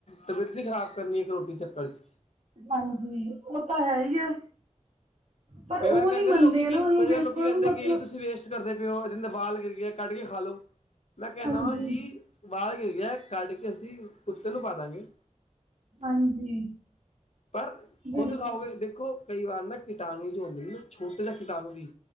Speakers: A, on the left; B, on the right.
A: ਤਬੀਅਤ ਨੀ ਖਰਾਬ ਕਰਨੀ ਇੱਕ ਰੋਟੀ ਚੱਕਰ 'ਚ।
B: ਹਾਂਜੀ ਉਹ ਤਾਂ ਹੈ ਹੀ ਹੈ। ਪਰ
A: ਕਈ
B: ਉਹ
A: ਵਾਰ ਕਹਿੰਦੇ
B: ਨੀ ਮੰਨਦੇ
A: ਨੇ ਲੋਕੀ
B: ਆ
A: ਕੀ
B: ਨਾ ਉਹਨਾਂ ਨੂੰ
A: ਕਈ
B: ਵੇਚਣ
A: ਵਾਰ ਲੋਕੀ ਕਹਿੰਦੇ
B: ਨੂੰ ਮਤਲਬ
A: ਕਿ ਇਹ ਤੁਸੀਂ ਵੇਸਟ ਕਰਦੇ ਪਏ ਹੋ ਬਾਲ ਕੱਢ ਕੇ ਖਾ ਲਓ ਮੈਂ ਕਿਹਾ ਨਾ
B: ਹਾਂਜੀ
A: ਜੀ ਬਾਹਰ ਗਿਰ ਗਿਆ ਕੱਢ ਕੇ ਅਸੀਂ ਕੁੱਤੇ ਨੂੰ ਪਾ ਦਾਂਗੇ
B: ਹਾਂਜੀ।
A: ਪਰ
B: ਬਿਲਕੁਲ
A: ਖੁਦ ਖਾਓਗੇ, ਦੇਖੋ ਕਈ ਵਾਰ ਨਾ ਕੀਟਾਣੂ ਜੋ ਹੁੰਦੇ ਨੇ ਛੋਟੇ ਜਿਹੇ ਕੀਟਾਣੂ ਵੀ